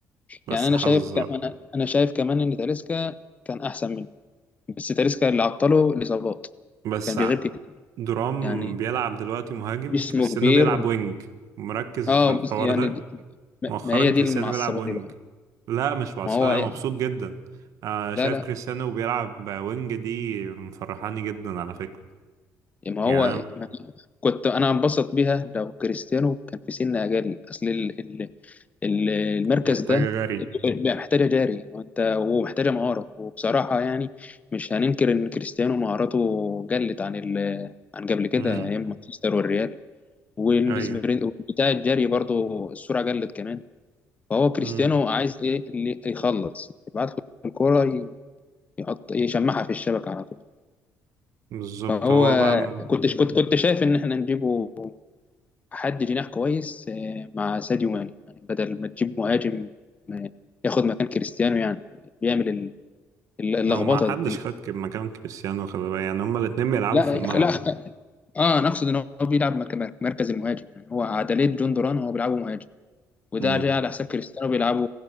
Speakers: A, on the right (about 70°); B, on the left (about 25°).
A: بس
B: يعني انا
A: حظ
B: شايف كمان انا شايف كمان ان تاليسكا كان احسن منه بس تاليسكا اللي عطله الإصابات
A: بس
B: كان بيغيب
A: ع-
B: كتير
A: درام
B: يعني
A: بيلعب دلوقتي مهاجم
B: جسمه
A: كريستيانو
B: كبير
A: بيلعب وينج مركز
B: اه
A: في الحوار
B: بس يعني
A: ده
B: دي- ما
A: مؤخرا
B: ما هي
A: كريستيانو
B: دي اللي معصباني
A: بيلعب وينج
B: بقى
A: لا مش بعصاية
B: ما هو إيه؟
A: مبسوط جدا آه
B: لا
A: شايف
B: لا
A: كريستيانو بيلعب وينج دي مفرحاني جدا على فكرة
B: يعني ما هو
A: يعني أنا
B: ما كنت انا انبسط بيها لو كريستيانو كان في سن اجل اصل ال- ال- ال- المركز
A: محتاجة
B: ده
A: جري
B: بقى محتاجه جاري وانت ومحتاجه مهاره وبصراحه يعني مش هننكر ان كريستيانو مهاراته قلت عن ال عن قبل كده
A: امم
B: ايام مانشستر والريال والسبرنت
A: أيوه
B: بتاع الجري برضو السرعه قلت كمان فهو كريستيانو
A: امم
B: عايز ايه اللي يخلص يبعت له الكرة ي- يحط يشمعها في الشبكة على طول
A: بالظبط
B: فهو
A: هو بقى م-
B: كنت كنت كنت شايف ان احنا نجيبه حد جناح كويس آه، مع ساديو ماني يعني بدل ما تجيب مهاجم آه، ياخد مكان كريستيانو يعني بيعمل ال- ال- اللخبطة
A: هو ما حدش
B: دي
A: خد ك- مكان كريستيانو خلي بالك يعني هما الاتنين بيلعبوا
B: لا
A: في الملعب
B: لا <laughs> اه انا اقصد ان هو بيلعب مك- مك- مركز المهاجم يعني هو عدلية جون دوران هو بيلعبه مهاجم وده
A: امم
B: جاي على حساب كريستيانو بيلعبه